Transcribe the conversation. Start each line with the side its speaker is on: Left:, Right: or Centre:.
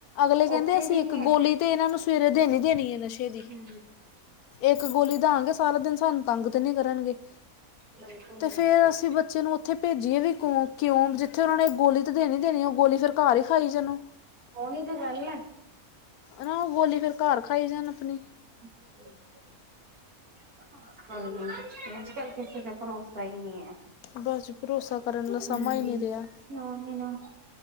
Left: ਅਗਲੇ ਕਹਿੰਦੇ
Right: ਉੱਥੇ
Left: ਅਸੀਂ
Right: ਵੀ
Left: ਇੱਕ
Right: ਨੀ ਹੈ,
Left: ਗੋਲੀ ਤੇ, ਇਹਨਾਂ ਨੂੰ ਸਵੇਰੇ ਦੇਣੀ ਦੇਣੀ ਹੈ ਨਸ਼ੇ ਦੀ।
Right: ਹੂੰ
Left: ਇੱਕ ਗੋਲੀ ਦਾਗੇ ਸਾਰਾ ਦਿਨ ਸਾਨੂੰ ਤੰਗ ਤੇ ਨੀ ਕਰਨਗੇ।
Right: ਬਿਲਕੁਲ
Left: ਤੇ,
Right: ਬਿਲਕੁਲ।
Left: ਫੇਰ ਅਸੀਂ ਬੱਚੇ ਨੂੰ ਉੱਥੇ ਭੇਜੀਏ ਵੀ ਕਿਉਂ ਜਿੱਥੇ ਉਹਨਾਂ ਨੇ ਗੋਲੀ ਤਾਂ ਦੇਣੀ ਦੇਣੀ, ਉਹ ਗੋਲੀ ਫਿਰ ਘਰ ਹੀ ਖਾਈ ਜਾਣ
Right: ਉਹੀ ਤੇ ਗੱਲ ਹੈ।
Left: ਉਹ ਗੋਲੀ ਫਿਰ ਘਰ ਖਾਈ ਜਾਣ ਆਪਣੀ।
Right: <inaudible> ਹਾਜੀ ਅੱਜ ਕੱਲ ਕਿਸੇ ਤੇ ਭਰੋਸਾ ਹੀ ਨਹੀਂ ਹੈ।
Left: ਬਸ ਭਰੋਸਾ ਕਰਨ ਵਾਲਾ ਸਮਾਂ
Right: ਹੂੰ।
Left: ਹੀ ਨਹੀਂ ਰਿਹਾ
Right: ਨਾਂ ਜੀ ਨਾਂ